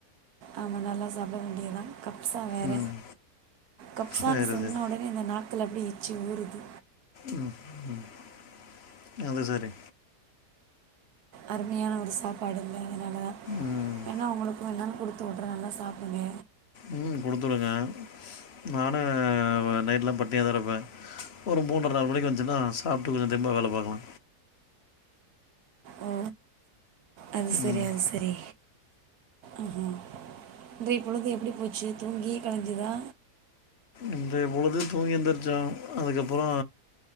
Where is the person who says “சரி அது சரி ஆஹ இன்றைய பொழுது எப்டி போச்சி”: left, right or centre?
Right